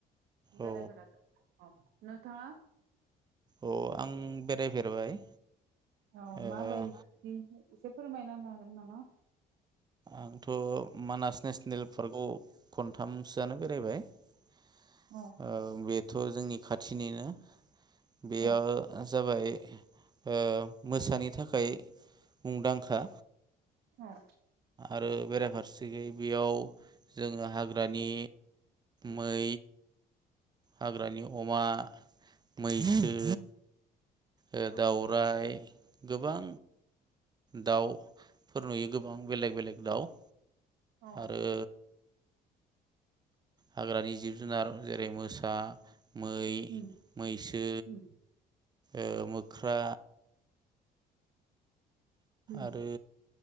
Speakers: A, on the right (about 80°); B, on the right (about 25°).
A: बेरायफेराखै
B: औ
A: औ नोंथाङा
B: अ आं बेरायफेरबाय।
A: औ
B: ओ
A: मा बायदि एसे फोरमायना होनो हागोन नामा?
B: आंथ' मानास नेसनेल पार्कआव खनथामसोआनो बेरायबाय। ओ
A: औ
B: बे बेथ' जोंनि खाथिनिनो बेयो
A: औ
B: जाबाय ओ मोसानि थाखाय मुंदांखा।
A: औ
B: आरो बेराफारसेयै बेयाव जोङो हाग्रानि मै हाग्रानि अमा मैसो
A: औ
B: ओ
A: औ
B: दाउराइ गोबां दाउफोर नुयो गोबां बेलेग बेलेग दाउ
A: औ
B: आरो
A: औ
B: हाग्रानि जिब जुनार जेरै मोसा मै
A: उम
B: मैसो
A: उम
B: ओ मोख्रा
A: उम
B: आरो